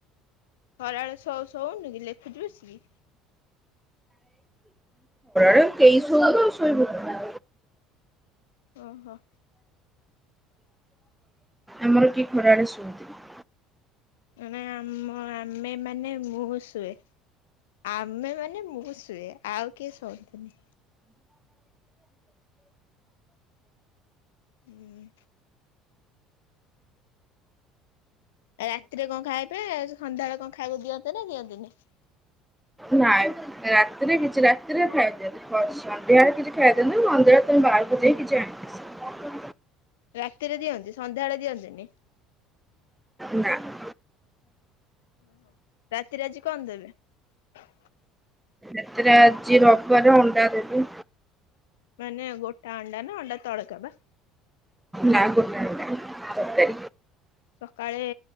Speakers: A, on the left (about 75°); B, in the centre.
A: ଖରାବେଳେ ସେ ସଉନୁ କି ଲେଖୁଛି ବସିକି।
B: ଆ କେହି ସୋଉନ ଶୋଇବ କ
A: ଓ ହୋ।
B: ଆମର କି ଖରାବେଳେ ଶୁଅନ୍ତି ନି।
A: ନା ଆମ ଆମେ ମାନେ ମୁଁ ଶୁଏ। ଆମେ ମାନ ମୁଁ ଶୁଏ ଆଉ କିଏ ଶୁଅନ୍ତିନି। ହୁଁ। ରାତିରେ କଣ ଖାଇବେ ସନ୍ଧ୍ୟାବେଳେ କଣ ଖାଇବେ ଦିଅନ୍ତେ ନା ଦିଅନ୍ତିନି। <inaudible>
B: ନାଇଁ ରାତିରେ କିଛି ରାତିରେ ଖାଇ ଦିଅନ୍ତ। ସନ୍ଧ୍ୟାାରେ କିଛି ଖାଇ ଦିଅନ୍ତତା ମନ୍ଦର ବାହାରକୁ ଯାଇ କିଛି ଆଣିନ୍ତି।
A: ରାତିରେ ଦିଅନ୍ତି ସନ୍ଧ୍ୟାଳେ ଦିଅନ୍ତିନି। <inaudible>
B: ନା ନା।
A: ଓହୋ ରାତିରେ ଆଜି କଣ ଦେବେ। <inaudible>
B: ଏତ ଯ ରବର ଅଣ୍ଡା ଦେବେ।
A: ମାନେ ଗୋଟା ଅଣ୍ଡା ନା ଅଣ୍ଡା ତଳକା ବା।
B: ନା ଗୋଟା ଅଣ୍ଡା।
A: ସକାଳେ